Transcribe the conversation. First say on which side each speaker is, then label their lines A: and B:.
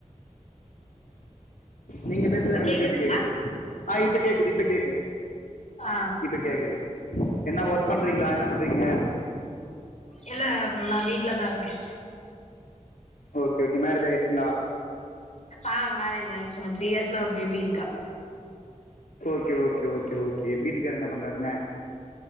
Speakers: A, on the left (about 85°); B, on the left (about 60°).
A: நீங்க பேசுத
B: இப்ப
A: எனக்கு
B: கேக்குதுங்களா
A: விட்டு விட்டு கேக்குது ஆ இப்ப கேக்குது இப்ப கேக்குது
B: ஆ
A: இப்ப கேக்குது என்ன ஒர்க் பண்றீங்ளா என்ன பண்றீங்க
B: இல்ல நா வீட்லதா இருக்கே
A: ஓகே ஓகே மேரேஜ் ஆயிச்சுங்ளா
B: ஆ மேரேஜ் ஆயிடுச்சுங்க த்ரீ இயர்ஸ்ல ஒரு பேபி இருக்கா
A: ஓகே ஓகே ஓகே ஓகே வீட்டுக்கார் என்ன பண்றாருங்க